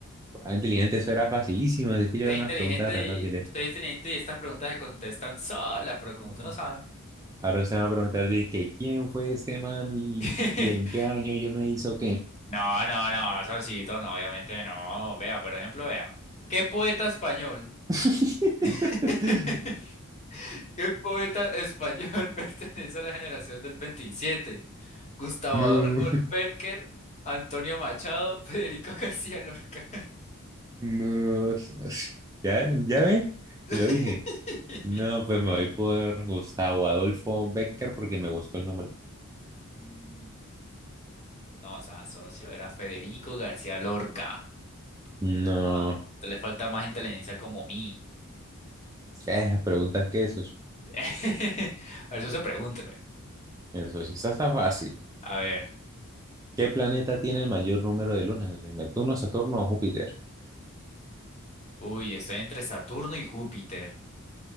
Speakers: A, on the right (about 15°); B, on the left (about 30°).
A: Ah, Inteligente, eso era facilísimo. Es que yo
B: Usted
A: era
B: es
A: unas
B: inteligente
A: preguntas re
B: y
A: fáciles.
B: usted es inteligente y estas preguntas se contestan solas, pero como
A: Mm.
B: usted no sabe.
A: Ahora usted me va a preguntar, dice, que ¿quién fue este man y,
B: <laughs>
A: y en qué año yo no hizo qué?
B: No, no, no, Osito, no, obviamente no. Vea, por ejemplo, vea. ¿Qué poeta español?
A: <laughs>
B: <laughs> ¿Qué poeta español <laughs> pertenece a la generación del 27? Gustavo
A: No,
B: Adolfo Perker, Antonio Machado, <laughs> Federico García Lorca.
A: no. Ya, ya ve,
B: <laughs>
A: te lo dije. No, pues me voy por Gustavo Adolfo Becker porque me gustó el nombre.
B: Mm, No, o sea, socio, era Federico García Lorca.
A: No,
B: Ah, te le falta más inteligencia como mí.
A: esas preguntas que eso,
B: <laughs> A ver, socio, pregúnteme.
A: eso sí está, está fácil.
B: A ver,
A: ¿Qué planeta tiene el mayor número de lunas? socio? ¿Neptuno, Saturno o Júpiter?
B: uy, estoy entre Saturno y Júpiter.